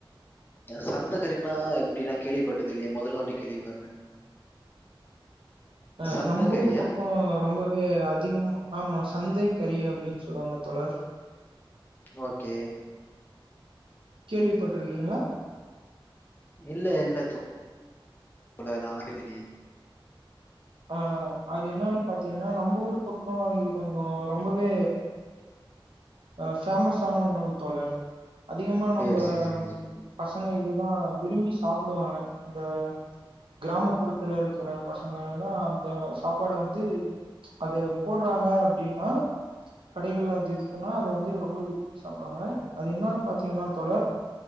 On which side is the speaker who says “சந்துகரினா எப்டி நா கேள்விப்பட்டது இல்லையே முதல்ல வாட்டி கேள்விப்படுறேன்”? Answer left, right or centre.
Left